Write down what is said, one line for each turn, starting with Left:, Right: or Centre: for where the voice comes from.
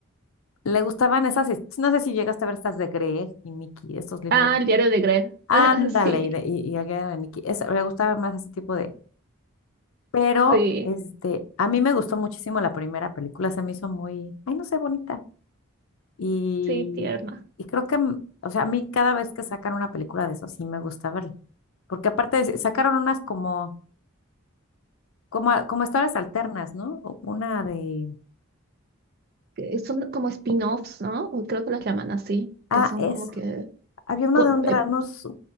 Left: Le gustaban esas, his- no sé si llegaste a ver estas de Greg y Nicky, estos libros.
Right: Ah, el diario de Greg.
Left: Ándale,
Right: <laughs> Sí,
Left: y, de- y, y aquella de Nicky, es- le gustaba más ese tipo de... Pero,
Right: sí,
Left: este, a mí me gustó muchísimo la primera película, se me hizo muy, ay, no sé, bonita. Y,
Right: sí, tierna.
Left: y creo que, m- o sea, a mí cada vez que sacan una película de eso, sí me gusta verla. Porque aparte de- sacaron unas como, como, a- como historias alternas, ¿no? U- Una de...
Right: Que Son como spin-offs, ¿no? O Creo que las llaman así,
Left: Ah,
Right: que son
Left: eso.
Right: como que...
Left: Había uno
Right: co-
Left: de un
Right: eh,
Left: dranos,